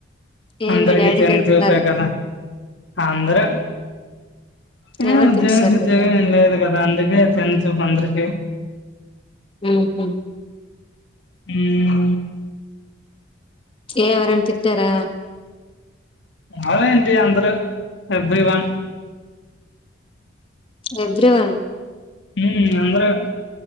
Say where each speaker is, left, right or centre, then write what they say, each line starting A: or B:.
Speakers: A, on the left (about 25°); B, on the left (about 60°).
A: ఏ
B: అందరికి
A: మీ డాడీ
B: చిన్న
A: తిడుతున్నారా
B: చూపే కదా అందరు హు
A: ఎవరు
B: ఉద్యోగం
A: తిట్టారు
B: సుద్యోగం
A: నీకు
B: ఏం లేదు కదా అందుకే చిన్న చూపు అందరికి
A: హుహు
B: హు
A: ఏ ఎవరైనా తిట్టారా
B: అదే అండి అందరు ఎవ్రి వన్
A: ఎవ్రీ వన్
B: హు అంద్రు